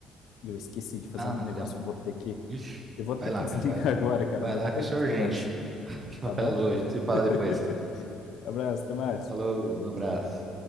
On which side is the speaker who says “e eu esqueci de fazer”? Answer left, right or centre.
Left